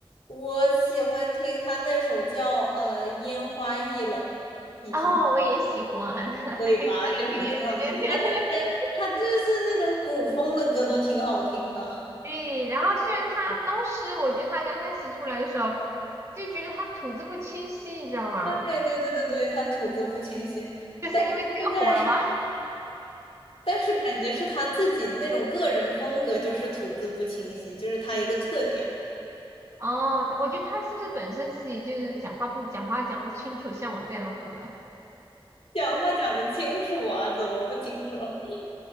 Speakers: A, on the left (about 85°); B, on the right (about 30°).
A: 我喜欢听他那首叫呃《烟花易冷》，你听。
B: 哦，我也喜欢，<laughs> 还可以，
A: 对吧？就是挺好听，
B: 对对对。
A: 他的他就是那种古风的歌都挺好听的。
B: 对，然后虽然他当时我觉得他刚开始出来的时候，就觉得他吐字不清晰，你知道吗？
A: 对对对对对，他吐字不清晰，
B: 就是因为这个火了吗？
A: 现在但是感觉是他自己的那种个人风格，就是吐字不清晰，就是他一个特点。
B: 哦，我觉得他是不是本身自己就是讲话不讲话讲不清楚，像我这样子的，
A: 讲话讲得清楚啊，怎么不清楚了？<laughs>